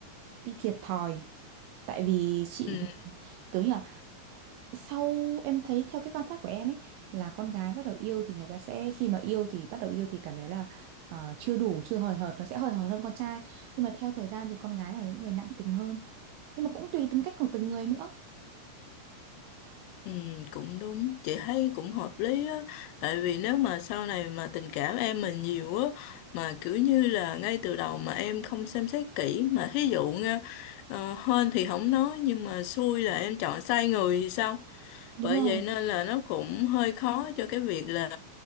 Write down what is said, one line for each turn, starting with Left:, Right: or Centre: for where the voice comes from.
Right: bị thiệt thòi. Tại vì chị
Left: ừ.
Right: kiểu như sau em thấy theo cái quan sát của em ấy là con gái bắt đầu yêu thì người ta sẽ khi mà yêu thì bắt đầu yêu thì cảm thấy là ờ, chưa đủ chưa hời hợt nó sẽ hời hợt hơn con trai nhưng mà theo thời gian thì con gái là những người nặng tình hơn nhưng mà cũng tùy tính cách của từng người nữa
Left: Ừ, cũng đúng chị thấy cũng hợp lý á tại vì nếu mà sau này mà tình cảm em mà nhiều á mà kiểu như là ngay từ đầu mà em không xem xét kỹ mà thí dụ nha ờ, hên thì không nói nhưng mà xui là em chọn sai người thì sao
Right: đúng
Left: bởi
Right: không
Left: vậy nên là nó cũng hơi khó cho cái việc là